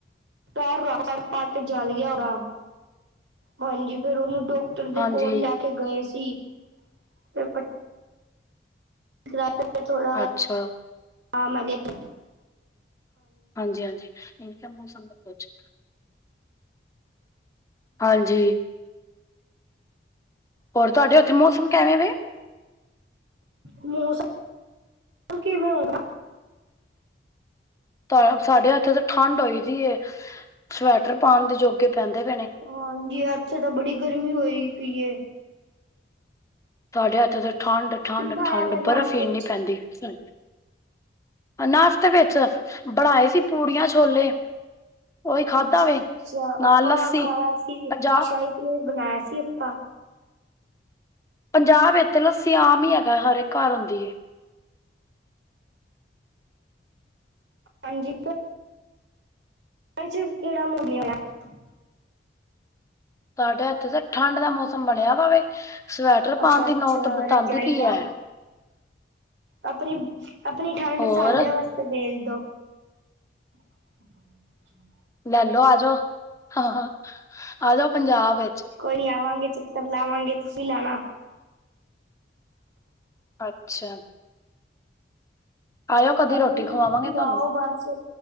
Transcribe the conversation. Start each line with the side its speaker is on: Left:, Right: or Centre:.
Right: ਪੈਰ ਰੱਖ ਪਟ ਜਲ ਗਿਆ ਓਹਦਾ। ਹਾਂਜੀ ਫੇਰ ਉਹਨੂੰ ਡਾਕਟਰ ਦੇ
Left: ਹਾਂਜੀ
Right: ਕੋਲ ਲੈ ਕੇ ਗਏ ਸੀ। ਫਿਰ ਕਿਿ <unintelligible> ਰ ਥੋੜੀ
Left: ਅੱਛਾ।
Right: ਹਾਂ ਮੈਂ ਗਈ ਸੀ।
Left: ਹਾਂਜੀ -ਹਾਂਜੀ ਇ ਮੌਸਮ ਦਾ ਕੁਛ ਹਾਂਜੀ। ਹੋਰ ਤੁਹਾਡੇ ਉੱਥੇ ਮੌਸਮ ਕਿਵੇਂ ਵੇ?
Right: ਮੌਸਮ ਕਿਵੇਂ ਉਹਦਾ?
Left: ਤਾਂ ਸਾਡੇ ਐਥੇ ਤਾਂ ਠੰਢ ਹੋਈ ਦੀਏ, ਸਵੈਟਰ ਪਾਉਣ ਦੇ ਜੋਗੇ ਪੈਂਦੇ ਪਏ ਨੇ।
Right: ਹਾਂਜੀ ਐਥੇ ਤਾਂ ਬੜੀ ਗਰਮੀ ਹੋਏ ਪਈ ਏ।
Left: ਸਾਡੇ ਐਥੇ ਤਾਂ ਠੰਡ-
Right: ਕੀ
Left: ਠੰਢ-
Right: ਖਾਇਆ
Left: ਠੰਢ
Right: ਫਿਰ ਨਾਸ਼ਤੇ
Left: ਬਰਫ਼ ਹੀ ਇੰਨੀ
Right: 'ਚ
Left: ਪੈਂਦੀ ਪਈਏ। ਨਾਸ਼ਤੇ ਵਿੱਚ ਬਣਾਏ ਸੀ ਪੂੜੀਆਂ ਛੋਲੇ। ਉਹੀ ਖਾਧਾ
Right: ਅੱ ਅੱਛਾ
Left: ਵੇ ਨਾਲ
Right: ਆਪਾ
Left: ਲੱਸੀ
Right: ਖਾਇਆ ਸੀ
Left: ਪੰਜਾਹ
Right: ਸ਼ਾਹੀ ਪਨੀਰ ਬਣਾਇਆ ਸੀ ਆਪਾਂ।
Left: ਪੰਜਾਬ ਇਚ ਲਸੀ ਆਮ ਹੀ ਹੈਗਾ, ਹਰ ਇੱਕ ਘਰ ਹੁੰਦੀ ਏ।
Right: ਹਾਂਜੀ। ਚ ਕਿਹੜਾ ਮੋੜੇਾ <unintelligible>
Left: ਸਾਡੇ ਹੱਥੇ ਤਾਂ ਠੰਢ ਦਾ ਮੌਸਮ ਬਣਿਆ ਵਾਵੇ, ਸਵੈਟਰ
Right: ਅੱਛਾ
Left: ਪਾਉਣ ਦੀ
Right: ਅੱਛਾ
Left: ਨੌਤ ਬਿਤਾਉਂਦੀ
Right: ਰਜਾਈ
Left: ਪਈ
Right: ਦਾ
Left: ਹੈ।
Right: ਆਪਣੀ -ਆਪਣੀ ਠੰਡ
Left: ਹੋਰ
Right: ਸਾਡੇ ਵਾਸਤੇ ਭੇਜ ਦੋ। ਹਮ- ਹਮ!
Left: ਲੈਲੋ ਆ ਜਾਓ, ਹ ਆ ਜਾਓ ਪੰਜਾਬ ਵਿੱਚ।
Right: ਕੋਈ ਨੀ ਆਵਾਂਗੇ, ਚੱਕਰ ਲਾਵਾਂਗੇ, ਤੁਸੀਂ ਲਾਣਾ।
Left: ਅੱਛਾ। ਆਇਓ ਕਦੀ
Right: ਹਾਂਜੀ
Left: ਰੋਟੀ
Right: ਹੋਰ
Left: ਖਵਾਵਾਂਗੇ
Right: ਸੁਣਾਓ?
Left: ਤੁਹਾਨੂੰ
Right: ਬਸ।